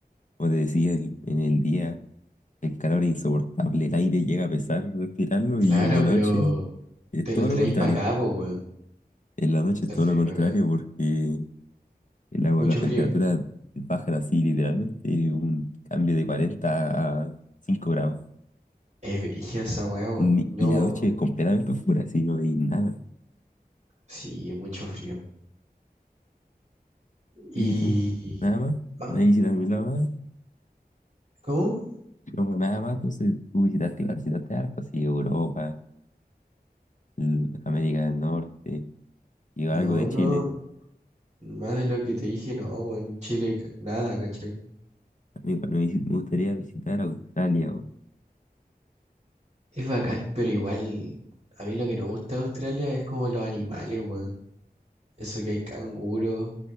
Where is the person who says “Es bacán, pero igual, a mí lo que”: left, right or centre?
Right